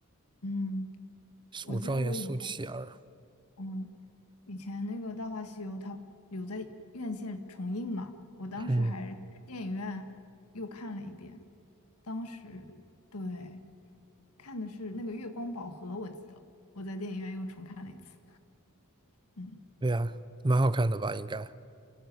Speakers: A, on the left; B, on the right.
A: 嗯，我记得我以前
B: 《武状元苏乞儿》。
A: 嗯。以前那个《大话西游》它有在院线重映嘛，我当时还去电影院又看了一遍。
B: 嗯，
A: 当时对看的是那个《月光宝盒》，我记得我在电影院又重看了一次。嗯，
B: 对啊，蛮好看的吧？应该。